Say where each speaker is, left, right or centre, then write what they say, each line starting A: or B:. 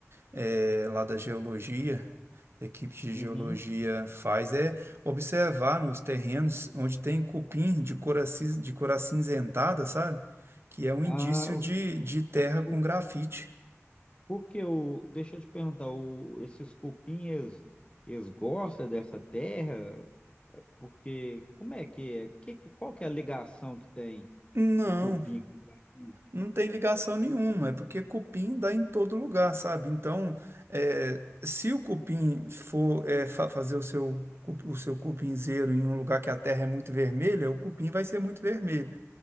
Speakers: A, on the right (about 55°); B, on the left (about 20°).
A: eh, lá da geologia, da equipe de
B: uhum.
A: geologia faz é observar nos terrenos onde tem cupim de cor, acis- de cor acinzentada, sabe? Que é um indício
B: Ah, o-
A: de, de terra
B: o-
A: com
B: o-
A: grafite.
B: porque o, deixa eu te perguntar, o, esses cupinhas, eles gostam dessa terra? Porque, como é que é? Que, que- qual que é a ligação que tem?
A: Não,
B: O cupim com grafite?
A: não tem ligação nenhuma, é porque cupim dá em todo lugar, sabe? Então, eh, se o cupim for eh, fa- fazer o seu, cu- o seu cupinzeiro em um lugar que a terra é muito vermelha, o cupim vai ser muito vermelho.